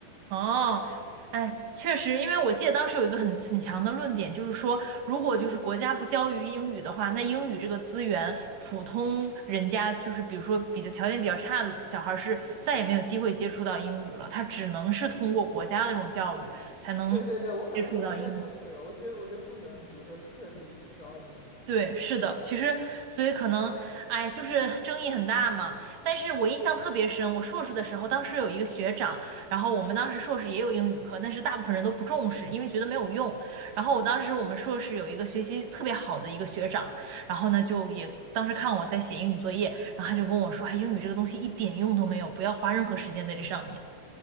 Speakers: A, on the right; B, on the left.
A: 哦，哎，确实，因为我记得当时有一个很很强的论点，就是说，如果就是国家不教育英语的话，那英语这个资源，普通人家就是比如说比较条件比较差的小孩儿是再也没有机会接触到英语了，他只能是通过国家的这种教育才能
B: 对对对，我很我很认同这个，
A: 接触到英语。
B: 我觉得我觉得不能比如说彻底取消英语。
A: 对，是的，其实所以可能，哎，就是争议很大嘛。但是我印象特别深，我硕士的时候，当时有一个学长，然后我们当时硕士也有英语课，但是大部分人都不重视，因为觉得没有用。然后我当时我们硕士有一个学习特别好的一个学长，然后呢就也当时看我在写英语作业，然后他就跟我说，哎，英语这个东西一点用都没有，不要花任何时间在这上面。